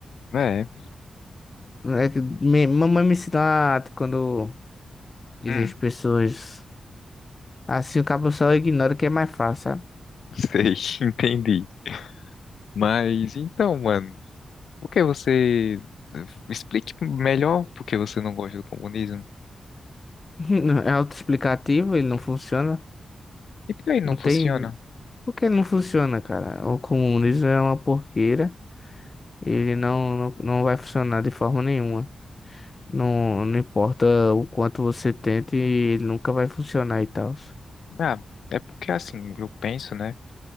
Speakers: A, on the left; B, on the left.
A: é,
B: É que me- mamãe me ensina quando dizem
A: hum,
B: as pessoas. Assim o cabo só ignora que é mais fácil, sabe?
A: sei, <laughs> entendi. Mas então, mano, por que você eh, explique melhor por que você não gosta do comunismo?
B: <laughs> É autoexplicativo, ele não funciona.
A: E por que não
B: Não
A: funciona?
B: tem. Por que ele não funciona, cara? O comunismo é uma porqueira. Ele não, não, não vai funcionar de forma nenhuma. Não, não importa o quanto você tente, ele nunca vai funcionar e tal.
A: Ah, é porque assim, eu penso, né,